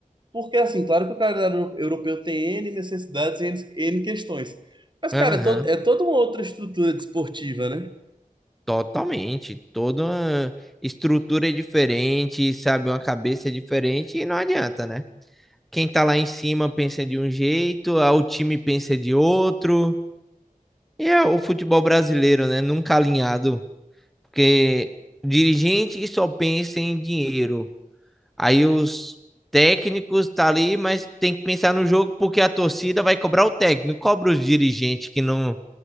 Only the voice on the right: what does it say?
Porque, assim, claro que o calendário euro- europeu tem N necessidades e N, N questões. Mas,
cara, é, to- é toda uma outra estrutura desportiva, né?